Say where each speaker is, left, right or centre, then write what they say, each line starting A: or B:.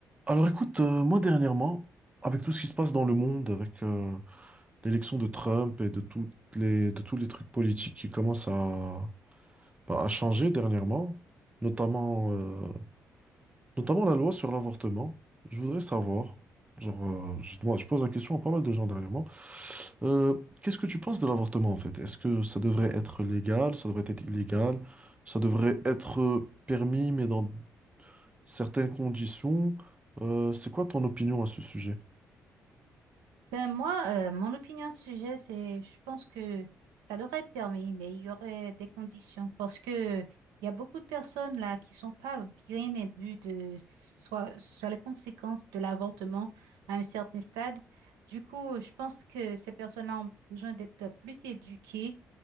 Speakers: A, on the right (about 15°); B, on the right (about 80°).
A: Alors écoute, euh, moi dernièrement, avec tout ce qui se passe dans le monde, avec euh, l'élection de Trump et de toutes les, de tous les trucs politiques qui commencent à, bah, à changer dernièrement, notamment, euh, notamment la loi sur l'avortement, je voudrais savoir, genre, euh, je, demande- je pose la question à pas mal de gens dernièrement, euh, qu'est-ce que tu penses de l'avortement en fait? Est-ce que ça devrait être légal, ça devrait être illégal, ça devrait être euh, permis mais dans certaines conditions? Euh, c'est quoi ton opinion à ce sujet?
B: Ben moi, euh, mon opinion sur le sujet, c'est, je pense que ça leur est permis, mais il y aurait des conditions parce que il y a beaucoup de personnes là qui sont pas bien imbues de soit sur les conséquences de l'avortement à un certain stade. Du coup, je pense que ces personnes-là ont besoin d'être plus éduquées,